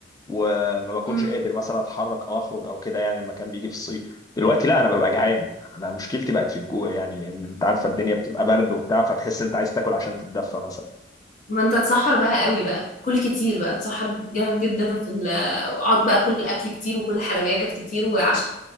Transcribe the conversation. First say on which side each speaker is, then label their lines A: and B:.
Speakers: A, on the left; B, on the left.
A: وما بكونش
B: امم
A: قادر مثلا اتحرك او اخرج او كده يعني لما كان بيجي في الصيف دلوقتي لا انا ببقى جعان انا مشكلتي بقت في الجوع يعني إن انت عارفه الدنيا بتبقى برد وبتاع فتحس انت عايز تاكل عشان تتدفى مثلا
B: ما انت تسحر بقى قوي بقى كل كتير بقى تسحر جامد جدا في ال... اقعد بقى كل اكل كتير وكل حلويات كتير وعشان